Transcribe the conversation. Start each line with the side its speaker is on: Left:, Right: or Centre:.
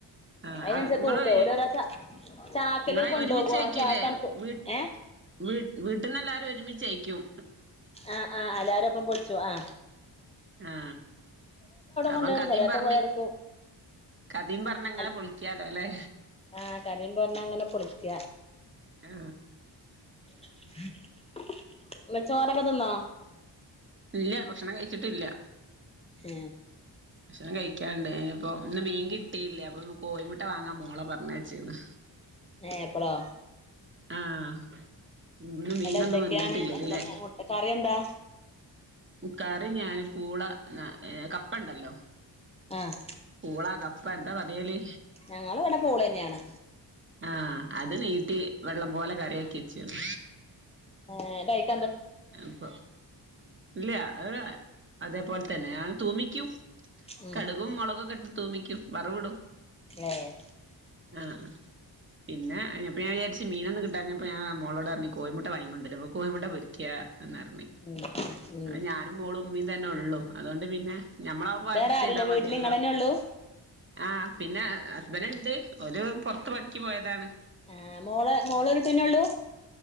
Right: ആ
Left: അതിനനുസരിച്ച്
Right: ഔ നിങ്ങള്
Left: തൂക്കെ ഓലോരോ ച ചാക്കില്
Right: നിങ്ങളെ
Left: കൊണ്ടോകും
Right: ഒരുമിച്ചായ്ക്കൂല്ലേ
Left: ആ ചാക്കാണ് തു
Right: വീട്ട്
Left: ഏ
Right: വീ വീട്ടിന്ന് എല്ലാരും ഒരുമിച്ചായ് ക്യും
Left: ആഹ് ആ അല്ലാരൊപ്പം പൊളി ച്ച് ആ
Right: ആ അപ്പം
Left: കൊണ്ടോയിടും
Right: കഥയും
Left: ചെലേപ്പോ
Right: പറഞ്ഞ്
Left: ഇവിടെ എടുക്കും
Right: കഥയും പറഞ്ഞങ്ങനെ
Left: അൽ
Right: പൊളിക്കാല്ലോ അല്ലെ
Left: ആഹ് കറിയും പറഞ്ഞ് അങ്ങനെ പൊളിക്ക
Right: ആ
Left: <unintelligible> ചോറൊക്കെ തിന്നോ
Right: ഇല്ല ഭക്ഷണം കഴിച്ചിട്ടില്ല
Left: എ
Right: ഭക്ഷണം കഴിക്കാൻണ്ട് ഐനിപ്പോ ന്ന് മീൻ കിട്ടിയില്ല പ്പൊന്ന് കോയി മുട്ട വാങ്ങാൻ മോളെ പർഞ്ഞായ്‌ചിന്
Left: ഏ പ്പളോ
Right: ആഹ് ഇന്ന് മീനൊന്നും
Left: ങ്ങട് എന്തൊക്കെയാണ്
Right: വന്നിട്ടില്ല ഇതിലെ
Left: എന്താ മു മുട്ട ക്കറി എന്താ?
Right: കറി ഞാന് പൂള ന്ന എ കപ്പ ണ്ടല്ലോ
Left: ആഹ്
Right: പൂളാ കപ്പ എന്താ പറയല്?
Left: ഞങ്ങള് ഇവിടെ പൂള് തന്നെയാണ്
Right: ആ അത് നീ ട്ടി വെള്ളം പോലെ കറിയാക്കി വെചീണ്
Left: ഹേ കൈ
Right: അപ്പൊ ഇല്ല്യ അആ അതേപോൽ തന്നെ ആ തൂമിക്കും
Left: ഉം
Right: കടുകും മൊളകു ക്കെ ഇട്ട് തൂമിക്കും വറുവിടും
Left: ഏഹ്
Right: ആ ആ പിന്നെ ഞ പ്പോ ഞായാര്ച്ച് മീനൊന്നും കിട്ടാഞ്ഞപ്പോ ഞാൻ ആ മോളോടർഞ് കോഴിമുട്ട വാങ്ങി കൊണ്ടര് അപ്പോ കോഴിമുട്ട പൊരി ക്ക്യാ എന്നർഞ്.
Left: ഉം ഉം
Right: അ ഞാനും മോളും ഉമ്മീം തന്നെള്ളു. അതോണ്ട് പിന്നെ ഞമ്മളാവുമ്പോ അഡ്ജസ്റ്റ്
Left: വേറെ ആരുല്ല
Right: യ്താ മതിയല്ലോ.
Left: വീട്ടില് ഇങ്ങളെന്നെ ഉള്ളൂ
Right: ആ പിന്നെ ഹസ്ബന്റൊണ്ട് ഓര് പൊറത്ത് പണിക്ക് പോയതാണ്
Left: ആ മോള് മോളൊരൂട്ടിയന്നെ ഒള്ളൂ